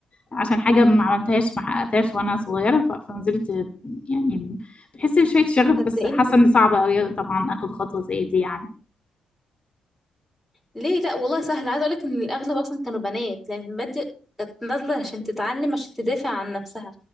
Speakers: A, on the left; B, in the centre.
A: عشان حاجه ما عملتهاش ما حققتهاش وانا صغيره ف- فما زلت آه، يعني بحس بشويه شغف
B: صدقيني
A: بس حاسه ان صعبه قوي طبعا اخد خطوه زي دي يعني
B: ليه لا والله سهل عايزه اقول لك ان الاغلب اصلا كانوا بنات لان المبادئ كانت نازله عشان تتعلم عشان تدافع عن نفسها